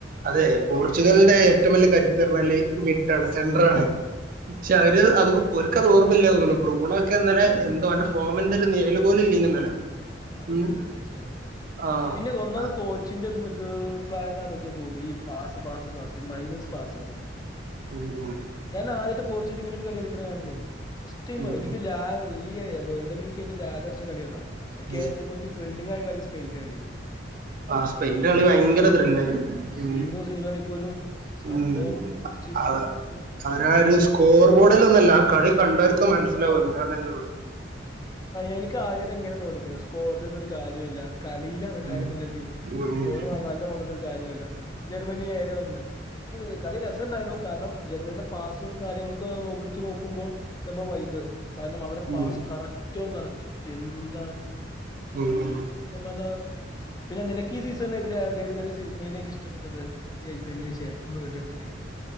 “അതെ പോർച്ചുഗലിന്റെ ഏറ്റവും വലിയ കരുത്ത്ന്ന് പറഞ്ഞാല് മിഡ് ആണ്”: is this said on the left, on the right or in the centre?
Right